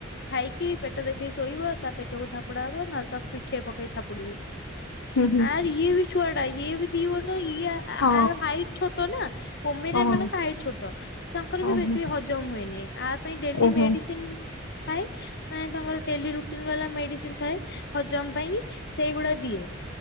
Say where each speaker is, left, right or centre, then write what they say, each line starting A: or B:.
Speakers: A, on the left; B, on the left.
A: ଖାଇକି ପେଟ ଦେଖିକି ଶୋଇବ ତା ପେଟକୁ ଥାପୁଡା ହବ ନହେଲେ ତାକୁ ପିଠେଇ ପକେଇି ଥାପୁଡିମୁ।
B: ହୁଁ ହୁଁ।
A: ଆରେ ଇଏ ବି ଛୁଆଟା ଇଏ ବି ଦି ବର୍ଷ ଇଆ ଆ
B: ହଁ
A: ଆର ହାଇଟ୍ ଛୋଟ ନା କମିର
B: ଓହୋ
A: ମାନଙ୍କ ହାଇଟ୍ ଛୋଟ। ତାଙ୍କର ବି
B: ଓହୋ
A: ବେଶୀ ହଜମ ହୁଏନି ଆ ପାଇଁ ଡେଲି
B: ଓହୋ
A: ମେଡିସିନ ଥାଏ। ମାନେ ତାଙ୍କର ଡେଲି ରୁଟିନ ବାଲା ମେଡିସିନ ଥାଏ ହଜମ ପାଇଁ ସେଇଗୁଡା ଦିଏ।